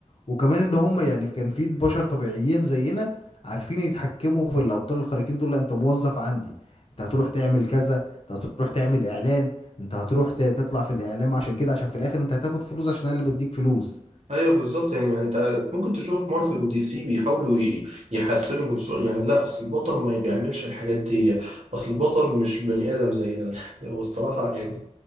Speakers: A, on the left; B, on the right.
A: وكمان ان هم يعني كان في بشر طبيعيين زينا عارفين يتحكموا في الابطال الخارقين دول لا انت موظف عندي انت هتروح تعمل كذا انت هتروح تعمل اعلان انت هتروح ت- تطلع في الاعلام عشان كده عشان في الاخر انت هتاخد فلوس عشان انا اللي بديك فلوس
B: ايوه بالظبط يعني انت ممكن تشوف مارفل ودي سي بيحاولوا ي- يحسنوا من سوء يعني لا اصل البطل ما بيعملش الحاجات دي اصل البطل مش بني ادم زينا <laughs> لا، هو الصراحه يعني